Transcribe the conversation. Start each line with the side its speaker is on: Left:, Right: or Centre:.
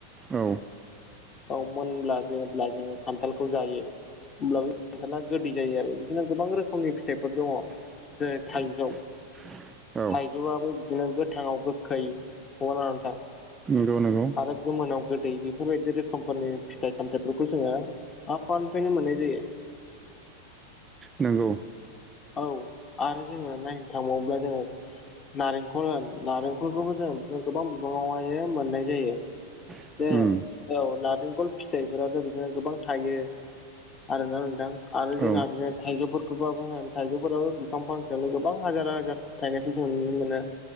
Right: औ
Left: औ मोनब्ला जेब्ला जोङो खान्थालखौ जायो। होमब्लाबो खान्थाला गोदै जायो आरो बिदिनो गोबां रोखोमनि फिथाइफोर दङ।
Right: <inaudible>
Left: जेरै थाइजौ
Right: औ
Left: थाइजौआबो बिदिनो गोथाङाव गोख्खै नंगौ ना नङा नोंथां?
Right: नोंगौ नोंगौ।
Left: आरो गोमोनाव गोदै बेफोरबायदि रोखोमफोरनि फिथाइ सामथाइफोरखौ जोङो आफानिफ्रायनो मोननाय जायो।
Right: नोंगौ।
Left: औ आरो जोङो नायनो थांबावोब्ला जोङो नारेंखल होन नारेंखलखौबो जों बिदिनो गोबां बिबाङावहाय मोननाय जायो।
Right: उम
Left: जे औ नारेंखल फिथाइफोरथ' बिदिनो गोबां थायो आरोना नोंथां आरो जोंहा
Right: औ
Left: बिदिनो थाइजौ फोरखौबाबो होन थाइजौफोराबो बिफां फांसेयावनो गोबां हाजार हाजार थायनायखौ जोंङो नुनो मोनो।